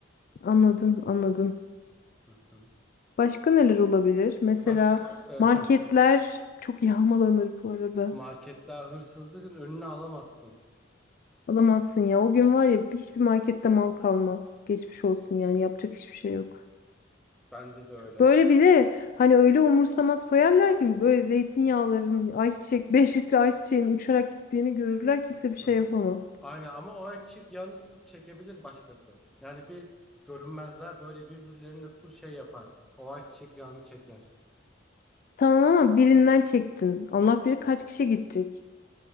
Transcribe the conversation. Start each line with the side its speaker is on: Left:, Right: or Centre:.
Left: Anladım, anladım.
Centre: Hı hı.
Left: Başka neler olabilir? Mesela
Centre: Başka e, heh.
Left: marketler çok yağmalanır bu arada.
Centre: marketler hırsızlığın önüne alamazsın.
Left: Alamazsın ya. O gün var ya hiçbir markette mal kalmaz. Geçmiş olsun yani yapacak hiçbir şey yok.
Centre: Bence de öyle.
Left: Böyle bir de hani öyle umursamaz soyarlar ki böyle zeytinyağların ayçiçek <laughs> 5 litre ayçiçeğin uçarak gittiğini görürler kimse bir şey
Centre: Hı hı.
Left: yapamaz.
Centre: Aynen ama o erkek yağını tutup çekebilir başkası. Yani bir görünmezler böyle birbirlerine full şey yapar. O ayçiçek yağını çeker.
Left: Tamam ama birinden çektin. Allah bilir kaç kişi gidecek.